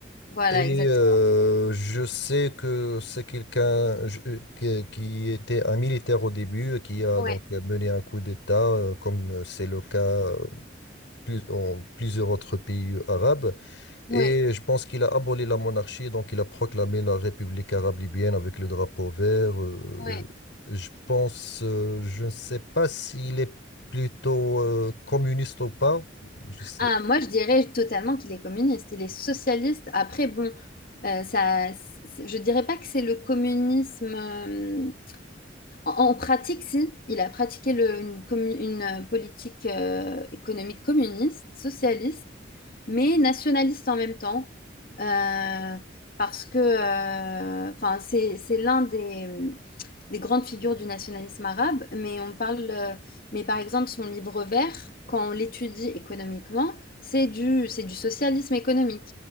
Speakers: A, on the left; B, on the left.
A: voilà,
B: Et
A: exactement.
B: euh, je sais que c'est quelqu'un je- euh, qui qui était un militaire au début, qui a
A: Ouais,
B: donc euh, mené un coup d'État, euh, comme c'est le cas euh, plus, en plusieurs autres pays arabes.
A: ouais,
B: Et je pense qu'il a aboli la monarchie, donc il a proclamé la République arabe libyenne avec le drapeau vert. euh,
A: ouais.
B: je pense, euh, je ne sais pas s'il est plutôt euh, communiste ou pas. Je sais.
A: Ah, moi, je dirais totalement qu'il est communiste. Il est socialiste. Après, bon, euh, ça, c'est- je dirais pas que c'est le communisme. euh, En, en pratique, si, il a pratiqué le- une, commu- une euh, politique euh, économique communiste, socialiste, mais nationaliste en même temps, euh, parce que euh, enfin, c'est, c'est l'un des, des grandes figures du nationalisme arabe, mais on parle, euh, mais par exemple, son livre vert, quand on l'étudie économiquement, c'est du, c'est du socialisme économique.